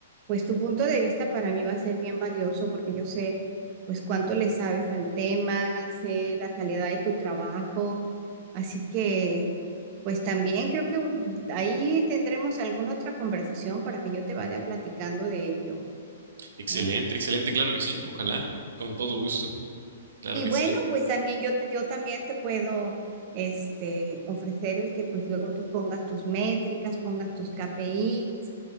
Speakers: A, on the right; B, on the right.
A: pues tu punto de vista para mí va a ser bien valioso porque yo sé pues cuánto le sabes al tema, sé la calidad de tu trabajo. Así que, pues también creo que mm, ahí tendremos alguna otra conversación para que yo te vaya platicando de ello,
B: Excelente,
A: ¿eh?
B: excelente, claro que sí. Ojalá. Con todo gusto. Claro
A: Y
B: que
A: bueno,
B: sí.
A: pues también yo, te- yo también te puedo este, ofrecer el que pues luego tú pongas tus métricas, pongas tus KPIs